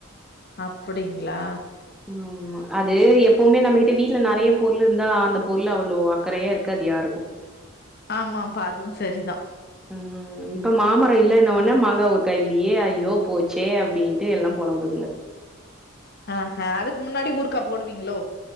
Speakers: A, on the left; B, in the centre.
A: அப்புடிங்ளா
B: ஆம்மா அது எப்பவுமே நம்மகிட்ட வீட்ல நெறைய பொருள் இருந்தா அந்த பொருள் அவ்ளவு அக்கறையா இருக்காது யாருக்கு
A: ஆமாப்பா அதுவு சரிதா
B: ம் இப்ப மாமரம் இல்னோன உடன்னே மாங்காய் ஊருகாய்யில்லயே ஐயோ போச்சே அப்டின்ட்டு எல்லா பொழம்புதுங்க
A: ஆ ஹ அதுக்கு முன்னாடி ஊர்க்கா போடுவீங்ளோ